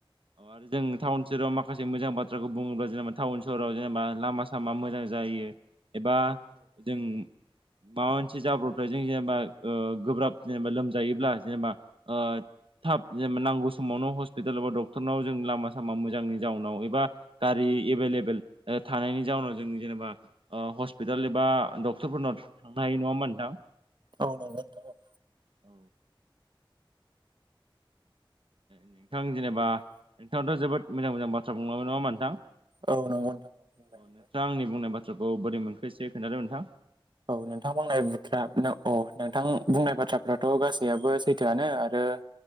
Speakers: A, on the right; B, on the right.
A: औ आरो जों थाउन सहाव माखासे मोजां बाथ्राखौ बुङोब्ला जेनेबा थाउन सहराव जेनेबा लामा सामा मोजां जायो एबा जों माबा मोनसे जाब्रबथाय जों अ जेनेबा गोब्राब जेनेबा लोमजायोब्ला जेनेबा अ थाब जेनेबा नांगौ समावनो हस्पिटाल एबा डक्टरनाव जों लामा सामा मोजांनि जाउनाव एबा गारि एभेलेबल अ थानायनि जाउनाव जों जेनेबा हस्पिटाल एबा डक्टरफोरनाव थांनो हायो नङामा नोंथां
B: औ नंगौ नोंथां औ
A: औ नोंथां जेनेबा नोंथाङाथ' जोबोद मोजां मोजां बाथ्रा बुंलांबाय नङा होनबा नोंथां
B: औ नंगौ नोंथां औ बुंबाय
A: अ
B: आंबो
A: नोंथां आंनि बुंनाय बाथ्राखौ बोरै मोनखोसो खोन्थादों नोंथां
B: औ नोंथां बुंनाय बुरा औ नोंथां बुंनाय बाथ्राफ्राथ' गासैआबो सैथोआनो आरो ओ